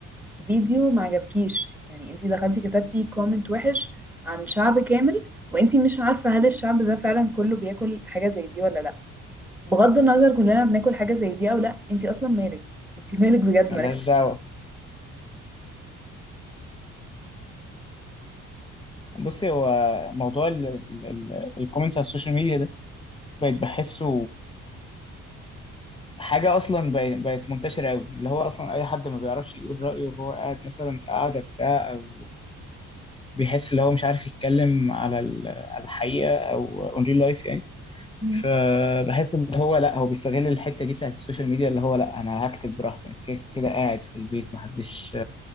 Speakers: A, in the centre; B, on the left.
A: فيديو ما عجبكيش يعني انت دخلتي كتبتي كومنت وحش عن شعب كامل وانت مش عارفه هل الشعب ده فعلا كله بياكل حاجه زي دي ولا لا بغض النظر كلنا بناكل حاجه زي دي او لا انت اصلا مالك انت مالك بجد
B: ملهاش
A: مالك
B: دعوة بصي هو موضوع ال- ال- ال- الكومنتس على السوشيال ميديا ده بقيت بحسه حاجة أصلا بقت بقت منتشرة أوي اللي هو أصلا أي حد ما بيعرفش يقول رأيه وهو قاعد مثلا في قعدة بتاع أو بيحس اللي هو مش عارف يتكلم على ال- على الحقيقه او اون ريل لايف يعني
A: <laughs> مم.
B: فبحس ان هو لا هو بيستغل الحته دي بتاعت السوشيال ميديا اللي هو لا انا هكتب براحتي انا كده كده قاعد في البيت محدش